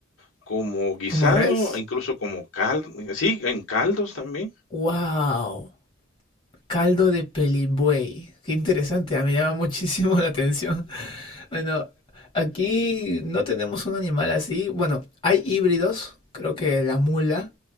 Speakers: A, on the left (about 75°); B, on the left (about 25°).
A: como guisado,
B: ¿Como res?
A: incluso como caldo, sí, en caldos también.
B: Wow. Caldo de pelibuey. Qué interesante, ah, me llama muchísimo la atención. <laughs> Bueno, aquí no tenemos un animal así. Bueno, hay híbridos, creo que la mula,